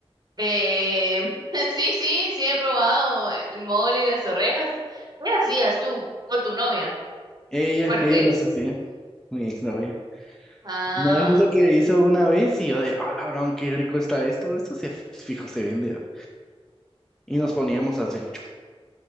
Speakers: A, on the right; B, in the centre.
A: Eh, <laughs> sí, sí, sí he probado el mole y las orejas. ¿Qué hacías tú o tu novia?
B: Ella,
A: Bueno,
B: ella
A: ex.
B: las hacía, mi exnovia.
A: Ah,
B: No, es que hizo una vez y yo de, ah, labrón, qué rico está esto, esto se fijo, se vende. ¿va? Y nos poníamos a hacer.